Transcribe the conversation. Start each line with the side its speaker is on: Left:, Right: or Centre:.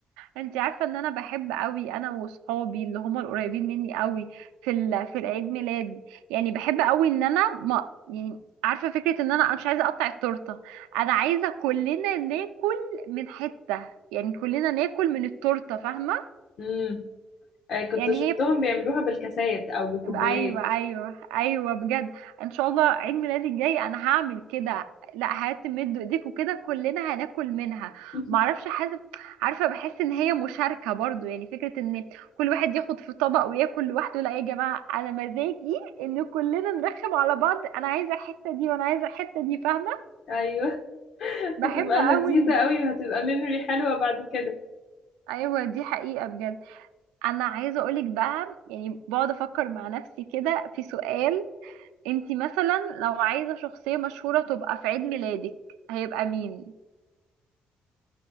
Right: انت عارفه ان انا بحب قوي انا وصحابي اللي هم القريبين مني قوي في ال... في العيد ميلاد يعني بحب قوي ان انا ما يعني عارفه فكره ان انا أنا مش عايزه اقطع التورته انا عايزه كلنا ناكل من حته يعني كلنا ناكل من التورته فاهمه
Left: امم آه، كنت
Right: يعني
Left: شفتهم
Right: هي
Left: بيعملوها بالكاسات او بكوبايات
Right: ايوه ايوه ايوه بجد ان شاء الله عيد ميلادي الجاي انا هعمل كده لا هاتم مدوا ايديكوا كده كلنا هناكل منها
Left: <laughs>
Right: معرفش حاسب عارفه بحس ان هي مشاركه برضو يعني فكره ان كل واحد ياخد في طبق وياكل لوحده لا يا جماعه انا مزاجي ان كلنا نرخم على بعض انا عايزه الحته دي وانا عايزه الحته دي فاهمه
Left: ايوه هتبقى
Right: بحب قوي
Left: لذيذة
Right: ال-
Left: قوي وهتبقى ميموري حلوة بعد كده
Right: ايوه دي حقيقه بجد انا عايزه اقولك بقى يعني بقعد افكر مع نفسي كده في سؤال انتي مثلا لو عايزة شخصية مشهورة تبقى في عيد ميلادك هيبقى مين